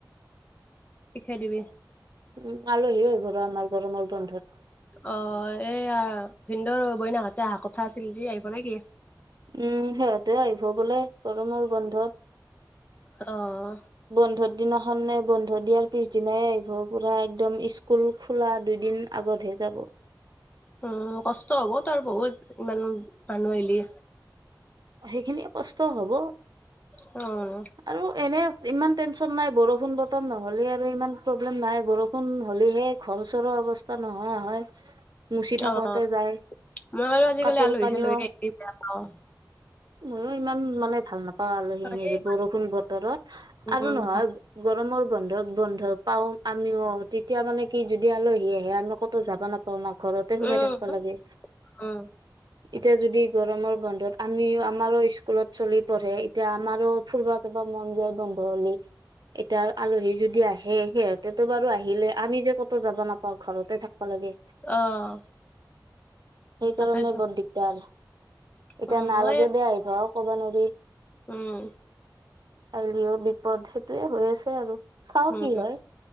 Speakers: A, on the left (about 20°); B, on the right (about 70°).
A: শিখাই দিবি।
B: উমঁ আলহী আহিব ৰ আমাৰ গৰমৰ বন্ধত।
A: অ এয়া ভিনন্দৰ বইনাক হতে আহা কথা আছিল যি আহিব নেকি?
B: উম সিহঁতে আহিব বোলে গৰমৰ বন্ধত।
A: অঁ
B: বন্ধৰ দিনাখন নে বন্ধ দিয়াৰ পিছ দিনাই আহিব। পুৰা একদম স্কুল খোলা দুইদিন। আকৌ ধেই যাব।
A: উম কষ্ট হ'ব তাৰ বহুত ইমান মানুহ আহিলি।
B: সেইখিনিয়ে কষ্ট হব।
A: উম।
B: আৰু এনে ইমান টেনচন নাই বৰষুণ বতৰ নহ'লে আৰু ইমান প্ৰব্লেম নাই। বৰষুণ হ'লেহে- ঘৰ-চৰৰ অৱস্থা নোহোৱা হয়। মুচি থাকোতে
A: অঁ
B: যায়
A: মই আৰু আজিকালি
B: কাপোৰ
A: আলহী
B: কানিও
A: চালহী বেয়া পাওঁ।
B: ময়ো ইমান মানে ভাল নাপাওঁ আলহী
A: এই
B: হেৰি বৰষুণ বতৰত।
A: উম,
B: আৰু নহয়- গৰমৰ বন্ধ বন্ধ পাওঁ আমিও। তেতিয়া মানে কি যদি আলহী আহে আমি ক'তো যাবা নাপাওঁ ন। ঘৰতে সোমাই
A: উম,
B: থাকবা লাগে।
A: উম,
B: এতিয়া যদি গৰমৰ বন্ধত- আমিও আমাৰো স্কুলত চলি পঢ়ে- এতিয়া আমাৰো ফুৰবা যাব মন যায় বন্ধ হলে। এতিয়া আলহী যদি আহে সিহঁত- তে বাৰু আহিলে, আমি যে ক'তো যাব নাপাওঁ ঘৰতে থাকিব লাগে।
A: অ',
B: সেইকাৰণে
A: তাকেইতো
B: বৰ দিগদাৰ আৰু। এতিয়া
A: উম,
B: নালাগে
A: মই
B: দে আহিব কব নোৱাৰি।
A: উম
B: আইলিও বিপদ সেইটোয়ে হৈ আছে আৰু চাও
A: উম,
B: কি হয়।